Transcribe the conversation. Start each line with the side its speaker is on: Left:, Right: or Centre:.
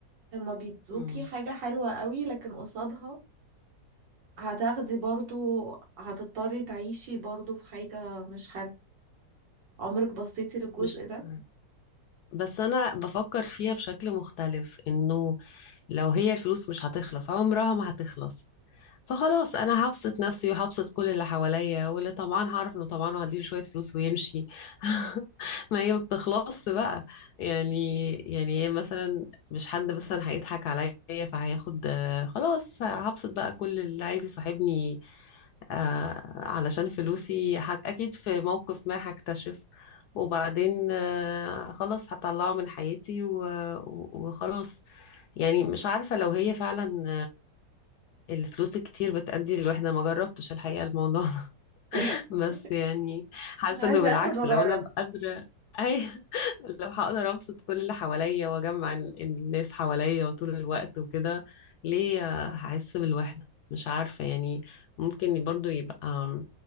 Right: هما بيدوكي
Left: مم.
Right: حاجة حلوة قوي لكن قصادها هتاخدي برضو هتضطري تعيشي برضو في حاجة مش حلوة عمرك بصيتي للجزء
Left: مش
Right: ده
Left: عارفة. بس انا بفكر فيها بشكل مختلف انه لو هي الفلوس مش هتخلص عمرها ما هتخلص فخلاص انا هبسط نفسي وهبسط كل اللي حواليا واللي طمعان هعرف انه طمعان وهديله شويه فلوس ويمشي <laughs> ما هي ما بتخلصش بقى يعني يعني هي مثلا مش حد مثلا هيضحك عليا فهياخد آه، خلاص هبسط بقى كل اللي عايز يصاحبني آه، علشان فلوسي ح- اكيد في موقف ما هكتشف وبعدين آه، خلاص هطلعه من حياتي و- و- وخلاص يعني مش عارفة لو هي فعلا الفلوس الكتير بتأدي للوحدة ما جربتش الحقيقة الموضوع <laughs>
Right: <laughs>
Left: بس يعني حاسة
Right: عايزة
Left: انه بالعكس
Right: اخد واجرب
Left: لو انا قادرة اي <laughs> لو هقدر ابسط كل اللي حواليا واجمع ال- الناس حواليا وطول الوقت وكده ليه هحس بالوحدة مش عارفة يعني ممكن برضو يبقى